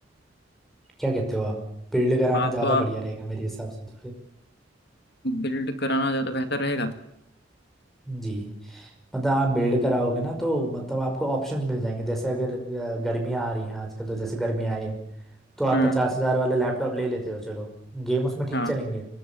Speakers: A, in the centre; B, on the left.
A: क्या कहते हो आप बिल्ड कराना
B: बात
A: ज़्यादा
B: तो आप
A: बढ़िया रहेगा मेरे हिसाब से तो फिर
B: बिल्ड कराना ज़्यादा बेहतर रहेगा
A: जी मतलब आप बिल्ड कराओगे ना तो मतलब आपको ऑप्शंस मिल जाएंगे जैसे अगर अ, गर्मियाँ आ रही हैं आजकल तो जैसे गर्मियाँ आई है तो आप
B: हम्म
A: पचास हज़ार वाला लैपटॉप ले लेते हो चलो गेम उसमें ठीक
B: हाँ
A: चलेंगे